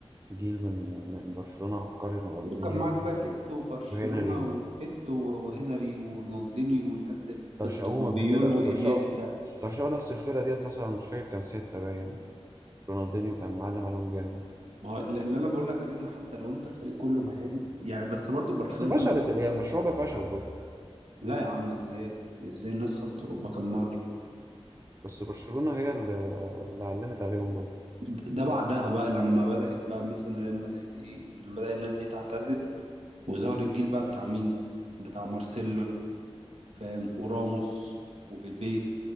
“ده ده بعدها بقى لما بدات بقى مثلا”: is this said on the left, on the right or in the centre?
Right